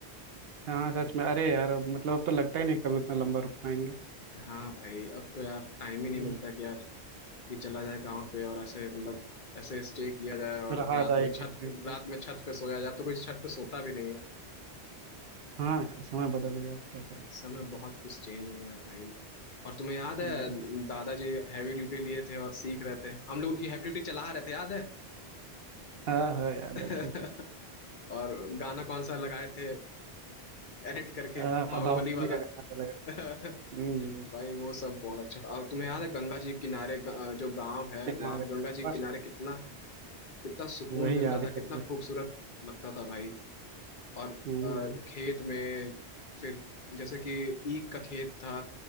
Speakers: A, on the right; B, on the left.
A: हाँ सच में अरे यार अब मतलब अब तो लगता ही नहीं कभी उतना लंबा रुक पाएंगे
B: हाँ भाई अब तो यार टाइम ही नहीं
A: हम्म,
B: मिलता कि यार कि चला जाए गाँव पे और ऐसे मतलब ऐसे स्टे किया जाए और
A: रहा
B: रात
A: था
B: में
A: एक
B: छत
A: एक मिनट
B: रात में छत पे सोया जाए अब तो कोई छत पे सोता भी नहीं है
A: हाँ यार समय बदल गया अब क्या करें
B: समय बहुत कुछ चेंज हो गया है भाई और तुम्हें याद है
A: हम्म
B: दादाजी हैवी ड्यूटी लिए थे और सीख रहे थे हम लोग उनकी हैवी ड्यूटी चला रहे थे याद है
A: हाँ हाँ याद
B: <laughs>
A: है अच्छे से
B: और गाना कौन सा लगाए थे एडिट करके
A: हाँ
B: बाहुबली
A: बाहुबली
B: वाला
A: का गाना तो लग रहा
B: <laughs>
A: है हम्म
B: भाई वो सब बहुत अच्छा था और तुम्हें याद है गंगा जी के किनारे ग- जो गांव है
A: किनारे
B: वहां पे गंगा जी के
A: बस
B: किनारे कितना कितना सुकून
A: वही
B: मिलता
A: याद ही
B: था
A: कर
B: कितना
A: वही
B: खूबसूरत लगता था भाई और
A: हम्म
B: अ, खेत में फिर जैसे कि ईख का खेत था